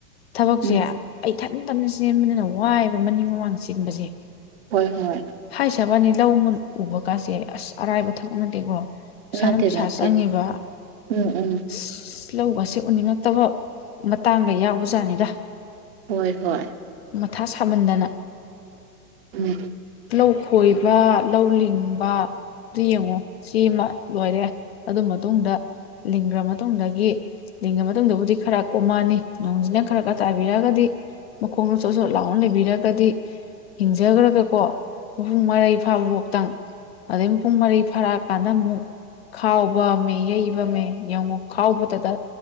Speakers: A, on the left (about 40°); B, on the right (about 40°).
A: ꯊꯕꯛꯁꯦ
B: ꯎꯝ
A: ꯑꯩ ꯏꯊꯟꯇꯥ ꯅ ꯆꯦꯟꯕꯅꯤꯅ ꯋꯥꯏꯌꯦꯕ ꯃꯅꯤꯡ ꯃꯃꯥꯡ ꯆꯦꯟꯕꯁꯦ
B: ꯍꯣꯏ ꯍꯣꯏ
A: ꯍꯥꯏꯁꯕꯩ ꯋꯥꯅꯤ ꯂꯧ ꯃꯨꯟ ꯎꯕ ꯀꯥꯁꯦ ꯑꯁ ꯑꯔꯥꯏꯕ ꯊꯛꯕꯛ ꯅꯠꯇꯦꯀꯣ ꯄꯩꯁꯥꯅ
B: ꯅꯠꯇꯦ
A: ꯄꯩꯁꯥ
B: ꯅꯠꯇꯦ
A: ꯆꯪꯉꯤꯕ ꯑꯁ
B: ꯎꯝ ꯎꯝ
A: ꯂꯧꯒꯁꯤ ꯎꯅꯤꯡꯉꯛꯇꯕ ꯃꯇꯥꯡꯒ ꯌꯥꯎꯕꯖꯥꯠꯅꯤꯗ꯫
B: ꯍꯣꯏ-ꯍꯣꯏ꯫
A: ꯃꯊꯥ ꯁꯥꯃꯟꯗꯅ
B: ꯎꯝ꯫
A: ꯂꯧ ꯈꯣꯏꯕ ꯂꯧ ꯂꯤꯡꯕ ꯑꯗꯨ ꯌꯦꯡꯉꯨ ꯁꯤ ꯑꯃ ꯂꯣꯏꯔꯦ ꯑꯗꯨ ꯃꯇꯨꯡꯗ ꯂꯤꯡꯈ꯭ꯔ ꯃꯇꯨꯡꯗꯒꯤ ꯂꯤꯡꯑ ꯃꯇꯨꯡꯗꯕꯨꯗꯤ ꯈꯔ ꯀꯣꯝꯃꯛꯑꯅꯤ ꯅꯣꯡꯁꯤꯅ ꯈꯔ-ꯈꯔ ꯇꯥꯕꯤꯔꯛꯑꯒꯗꯤ ꯃꯈꯣꯡꯅ ꯆꯣꯠ ꯁꯣꯠ ꯂꯥꯎꯅ ꯂꯩꯕꯤꯔꯒꯗꯤ ꯍꯤꯡꯖꯈ꯭ꯔꯒ ꯀꯣ ꯃꯄꯨꯡ ꯃꯔꯩ ꯐꯥꯕ ꯐꯥꯎꯇꯪ ꯑꯗꯩ ꯃꯄꯨꯡ ꯃꯔꯩ ꯐꯥꯔꯛꯑꯀꯥꯟꯗ ꯑꯃꯨꯛ ꯈꯥꯎꯕ ꯃ ꯌꯩꯕꯃꯦ ꯌꯦꯡꯉꯨ ꯈꯥꯎꯕꯇꯗ